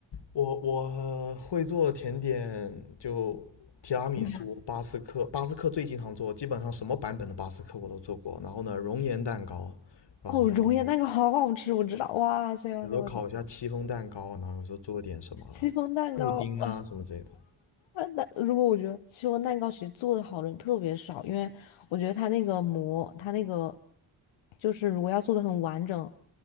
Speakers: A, on the left; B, on the left.
A: 我我会做的甜点就提拉米苏、
B: 你还
A: 巴斯克，巴斯克最经常做，基本上什么版本的巴斯克我都做过。然后呢，熔岩蛋糕，然后
B: 哦，熔岩蛋糕好好吃，我知道。哇塞，哇塞，
A: 有时候烤一下戚风蛋糕，
B: 哇塞，
A: 然后有时候做点什么布丁啊什么之类的。
B: 戚风蛋糕啊，那如果我觉得戚风蛋糕其实做的好的人特别少，因为我觉得它那个膜，它那个就是如果要做的很完整，